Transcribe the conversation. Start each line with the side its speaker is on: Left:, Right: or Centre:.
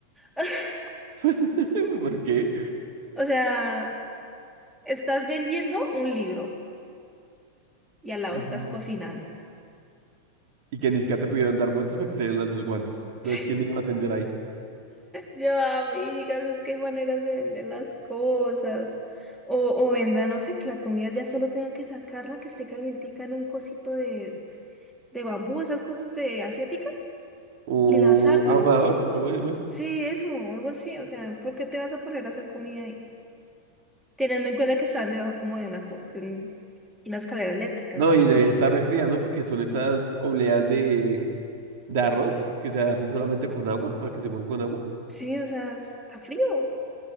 Centre: <laughs>
Right: <laughs> ¿Por qué?
Centre: O sea, estás vendiendo un libro y al lado
Right: Ujú.
Centre: estás cocinando.
Right: Y que ni siquiera te pudieron dar vueltas porque tenían las dos guantes. Entonces,
Centre: <laughs>
Right: ¿quién iba a atender ahí?
Centre: Yo, amigas, es que hay maneras de vender las cosas. O, o venda, no sé, que la comida ya solo tengan que sacarla, que esté calientica en un cosito de, de bambú, esas cosas de asiáticas,
Right: ¿Un
Centre: y la sacan.
Right: ahumador? ¿Cómo se llama eso?
Centre: Sí, eso, algo así. O sea, ¿por qué te vas a poner a hacer comida ahí? Teniendo en cuenta que estaban debajo como de una, co- de un- una escalera eléctrica,
Right: No,
Centre: no,
Right: y
Centre: no.
Right: debía estar refría, ¿no? Porque son esas obleas de, de arroz que se hacen solamente con agua, para que se muevan con agua.
Centre: Sí, o sea, está frío. O